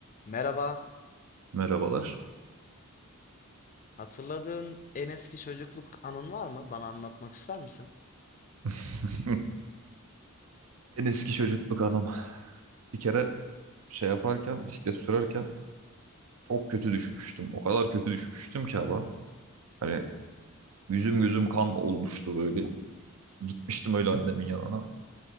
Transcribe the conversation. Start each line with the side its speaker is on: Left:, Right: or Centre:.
Left: Merhaba.
Right: Merhabalar.
Left: Hatırladığın en eski çocukluk anın var mı? Bana anlatmak ister misin?
Right: <laughs> En eski çocukluk anım. Bir kere şey yaparken, bisiklet sürerken çok kötü düşmüştüm. O kadar kötü düşmüştüm ki ama. Hani yüzüm gözüm kan olmuştu böyle. Gitmiştim öyle annemin yanına.